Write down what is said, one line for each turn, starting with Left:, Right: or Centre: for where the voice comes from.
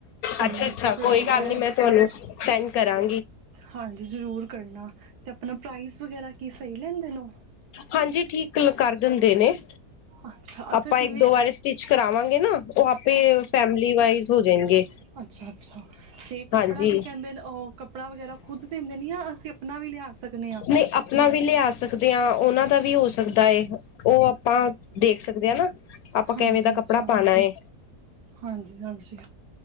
Right: ਤੇ
Left: ਅੱਛਾ-ਅੱਛਾ
Right: ਚਲੋ
Left: ਕੋਈ ਗੱਲ ਨੀ ਮੈਂ ਤੁਹਾਨੂੰ
Right: ਹਾਂ
Left: ਸੈਂਡ ਕਰਾਂ
Right: ਹਾਂਜੀ ਜ਼ਰੂਰ ਕਰਨਾ ਤੇ ਆਪਣਾ ਪ੍ਰਾਈਜ਼ ਵਗੈਰਾ ਕੀ ਸਹੀ ਲੈਂਦੇ ਨੇ ਉਹ?
Left: ਹਾਂਜੀ ਠੀਕ ਕਰ ਦਿੰਦੇ ਨੇ
Right: ਅੱਛਾ ਅੱਛਾ
Left: ਆਪਾਂ
Right: ਜਿਵੇਂ
Left: ਇੱਕ ਦੋ ਵਾਰ ਸਟੀ ਕਰਾਵਾਂਗੇ ਨਾ ਉਹ ਆਪੇ ਫੈਮਿਲੀ ਵਾਈਜ਼ ਜਾਣਗੇ
Right: ਅੱਛਾ-ਅੱਛਾ ਤੇ ਕੱਪੜਾ
Left: ਹਾਂਜੀ
Right: ਕੀ ਕਹਿੰਦੇ ਓ ਕੱਪੜਾ ਵਗੈਰਾ ਖੁਦ ਦਿੰਦੇ ਨੇ ਯਾ ਅਸੀਂ ਆਪਣਾ ਵੀ ਲਿਆ ਸਕਨੇ ਯਾ?
Left: ਨਹੀਂ ਆਪਣਾ ਵੀ ਲਿਆ ਸਕਦੇ ਉਹਨਾਂ ਦਾ ਵੀ ਹੋ ਸਕਦਾ ਹੈ ਉਹ ਆਪਾਂ ਦੇਖ ਸਕਦੇ ਹੈ ਨਾ। ਆਪਾਂ
Right: ਹਾਂਜੀ।
Left: ਕਿਵੇਂ ਦਾ ਕੱਪੜਾ
Right: ਅੱਛਾ,
Left: ਪਾਉਣਾ ਹੈ
Right: ਹਾਂਜੀ-ਹਾਂਜੀ